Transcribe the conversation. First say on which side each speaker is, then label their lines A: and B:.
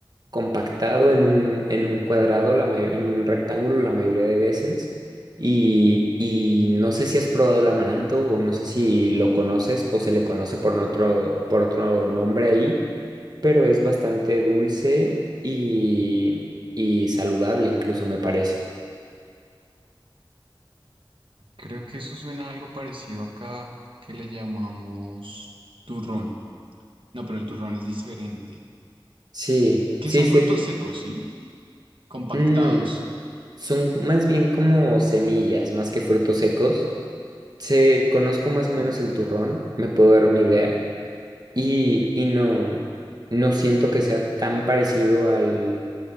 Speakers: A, on the right; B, on the right.
A: compactado en un, en un cuadrado, la may- en un rectángulo la mayoría de veces. Y, y no sé si has probado el amaranto o no sé si lo conoces o se le conoce por otro, por otro nombre ahí, pero es bastante dulce y, y saludable incluso me parece.
B: Creo que eso suena a algo parecido acá que le llamamos turrón. No, pero el turrón es diferente.
A: Sí,
B: Que
A: sí,
B: son
A: sí.
B: frutos secos, ¿sí? Compactados.
A: mm, son más bien como semillas, más que frutos secos. Sé, conozco más o
B: Ok,
A: menos el turrón, me puedo dar una idea y, y no, no siento que sea tan parecido al,